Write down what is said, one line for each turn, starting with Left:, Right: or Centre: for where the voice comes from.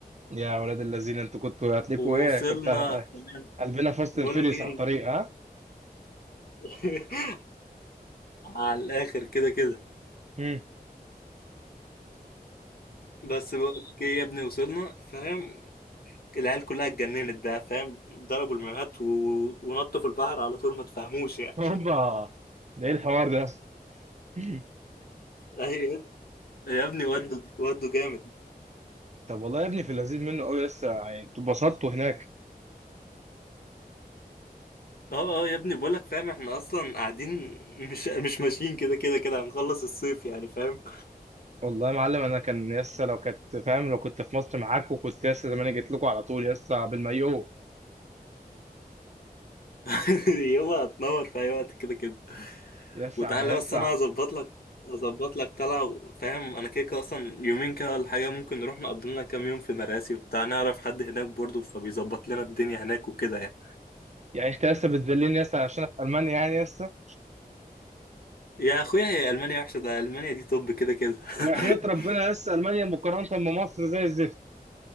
Right: يا ولاد اللذين انتوا كنتوا هتلفوا
Left: ووصلنا
Right: ايه كنت
Left: فاهم؟
Right: قلبنا فاست
Left: بقول
Right: اند فيريوس
Left: لك ايه
Right: على الطريق ها
Left: <laughs> على الاخر كده كده
Right: مم.
Left: بس بقول لك ايه يا ابني وصلنا فاهم العيال كلها اتجننت بقى فاهم ضربوا المايوهات و... ونطوا في البحر على طول ما تفهموش يعني
Right: هوبا ده ايه الحوار ده <laughs>
Left: <laughs> يا ابني مم. ودوا ودوا جامد
Right: طب والله يا ابني في اللذيذ منه قوي لسه يعني انتوا اتبسطتوا هناك
Left: اه اه يا ابني بقولك فاهم احنا اصلا قاعدين مش مش ماشيين كده كده كده هنخلص الصيف يعني فاهم
Right: والله يا معلم انا كان لسه لو كنت فاهم لو كنت في مصر معاكوا كنت لسه زمان جيت لكم على طول لسه بالمايو
Left: <laughs> يلا هتنور في اي وقت كده كده
Right: لسه
Left: وتعالى
Right: لسه
Left: بس انا هظبط لك هظبط لك طلعه فاهم انا كده كده اصلا يومين كده ولا حاجه ممكن نروح نقضي لنا كام يوم في مراسي وبتاع نعرف حد هناك برضه فبيظبط لنا الدنيا هناك وكده يعني
Right: يعني انت لسه بتذلني لسه عشان أنا في المانيا يعني لسه
Left: يا اخويا هي المانيا وحشه ده المانيا دي طب كده كده <laughs>
Right: وحياة ربنا لسه المانيا مقارنة بمصر زي الزفت